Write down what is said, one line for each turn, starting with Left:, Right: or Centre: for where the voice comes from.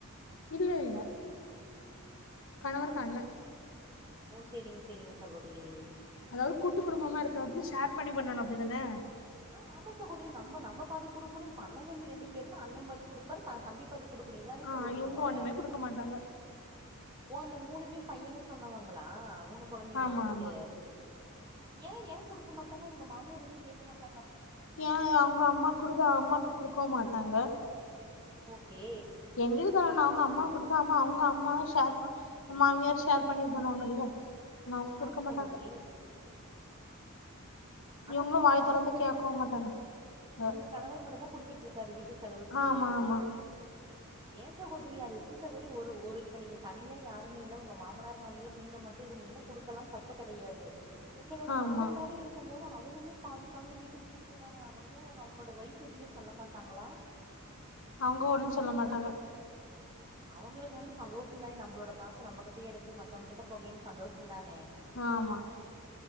Left: இல்ல இல்ல கணவருக்கு அண்ண
Right: ஓ! செரிங்க செரிங்க சகோதிரி.
Left: அதாவது கூட்டு குடும்பமா இருக்கறது ஷேர் பண்ணி பண்ணணோ அப்டிதானே
Right: ஆ ஆமா சகோதரி நம்ப நம்ப பாதி குடுக்கணோ இப்ப அண்ண தம்பி ரெண்டு பேருமே அண்ண பாதி குடுப்பாரு த தம்பி பாதி. குடுக்ரீங்க இது தானே
Left: ஆ
Right: சகோதரி
Left: இவங்க
Right: மொற.
Left: ஒண்ணுமே குடுக்க மாட்டாங்க
Right: ஓ! அந்த மூணுமே பையன்னு சொன்னவங்களா மூணு கொழந்தைங்க
Left: ஆமா
Right: அவங்குளுக்கு
Left: ஆமா
Right: ஏ ஏ குடுக்க மாட்டாங்க உங்க மாமியார் எதும் கேக்க மாட்டாங்க
Left: ஏன்? அவுங்க அம்மா குடுக்க அம்மாக்கு குடுக்கவு மாட்டாங்க.
Right: ஓகே
Left: எங்களுக்கு தரவேண்டா, அவுங்க அம்மா கொடுத்தா. அம்மா அவுங்க அம்மாவே ஷேர் ஆ மாமியார் ஷேர் பண்ணி இது பண்ணுவாங்கல்ல ஆனா அவுங்க குடுக்க
Right: ஆமா சகோதரி
Left: மாட்டாங்க.
Right: ஆனா
Left: இவுங்களும்
Right: நீங்க
Left: வாய்
Right: மட்டும்தான்
Left: தொறந்து
Right: குடுத்
Left: கேக்கவு மாட்டாங்க. அஹ்,
Right: உங்க கணவர் மட்டுந்தா குடுத்துட்ருக்காரு வீட்டு செலவுக்கு.
Left: ஆமா ஆமா
Right: ஏ சகோதரி அது எப்டி சகோதரி ஒரு ஒரு இப்ப நீங்க தனியா யாருமே இல்ல உங்க மாமனார் மாமியார் நீங்க மட் இருந்தீங்கன்னா குடுக்கலா தப்பு கெடையாது. உங்களோட
Left: ஆமா
Right: மச்சாங்கார இருக்கும் போது அவருமே பாதிப்பங்கு வீட்டுக்கு குடுத்ததான ஆகணு உன்னியே அவுங்க அவுங்களோட வொய்ஃப் எதுவுமே சொல்ல மாட்டாங்களா
Left: அவுங்க ஒன்னோ சொல்ல மாட்டாங்க.
Right: அவுங்குளுக்கு வந்து சந்தோஷந் தானே நம்மளோட காசு நம்மகிட்டயே இருக்கு மத்தவங்க கிட்ட போகலேனு சந்தோஷந் தானே
Left: ஆமா